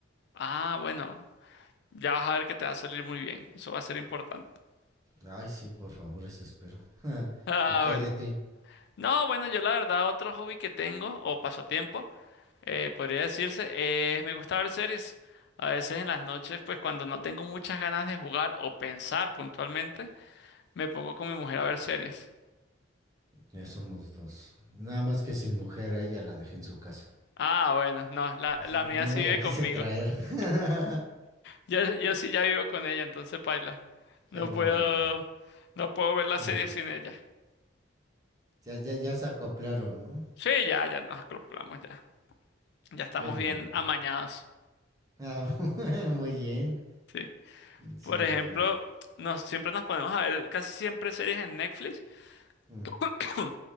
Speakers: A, on the left; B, on the right.
A: Ah, bueno. Ya vas a ver que te va a salir muy bien. Eso va a ser importante. <laughs>
B: Ay, sí, por favor, eso espero. <laughs>
A: Ah,
B: ¿Y qué
A: bueno.
B: hay de ti?
A: No, bueno, yo la verdad, otro hobby que tengo, o pasatiempo, eh, podría decirse, es me gusta ver series. A veces en las noches, pues cuando no tengo muchas ganas de jugar o pensar puntualmente, me pongo con mi mujer a ver series.
B: Ya somos dos. Nada más que sin mujer, a ella la dejé en su casa.
A: Ah, bueno, no, la,
B: S-
A: la mía
B: No
A: sí
B: me
A: vive
B: la
A: conmigo.
B: quise traer.
A: <laughs>
B: <laughs>
A: Yo, yo sí ya vivo con ella, entonces paila. No
B: Qué buena
A: puedo,
B: onda.
A: no puedo ver la serie
B: Mm.
A: sin ella.
B: Ya, ya, ya se acoplaron, ¿no?
A: Sí, ya, ya nos acoplamos, ya. Ya estamos
B: Qué lindo.
A: bien amañados.
B: Ah, <laughs> muy bien.
A: Sí.
B: Sí,
A: Por
B: no,
A: ejemplo,
B: yo no.
A: nos, siempre nos ponemos a ver casi siempre series en Netflix.
B: Mm.
A: <coughs> <clears throat>